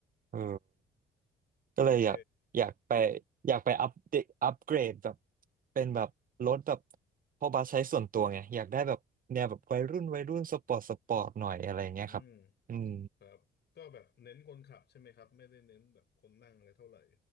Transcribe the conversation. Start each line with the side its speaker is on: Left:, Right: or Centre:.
Right: เออก็เลยอยากอยากไป
Left: โอเค
Right: อยากไปอัปเดตอัปเกรดแบบเป็นแบบรถแบบเพราะบัสใช้ส่วนตัวไงอยากได้แบบแนวแบบวัยรุ่นวัยรุ่นสปอร์ตสปอร์ตหน่อยอะไรเงี้ยครับอืม
Left: อืมครับก็แบบเน้นคนขับใช่ไหมครับไม่ได้เน้นแบบคนนั่งอะไรเท่าไหร่